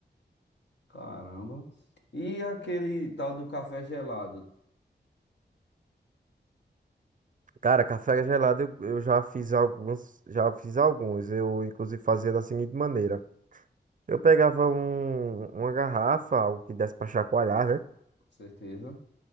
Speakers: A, on the left (about 75°); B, on the right (about 45°).
A: Caramba. E aquele tal do café gelado,
B: Cara, café gelado eu, eu já fiz alguns, já fiz alguns. Eu inclusive fazia da seguinte maneira. Eu pegava um, uma garrafa, algo que desse para chacoalhar, né?
A: com certeza.